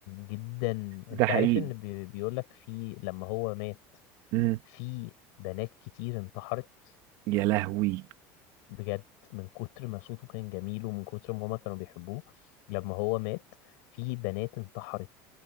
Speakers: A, on the left; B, on the right.
A: جدا انت
B: ده حقيقي
A: عارف ان بي- بيقولك في لما هو مات
B: مم.
A: في بنات كتير انتحرت
B: يا لهوي
A: بجد من كتر ما صوته كان جميل ومن كتر ما هما كانوا بيحبوه لما هو مات في بنات انتحرت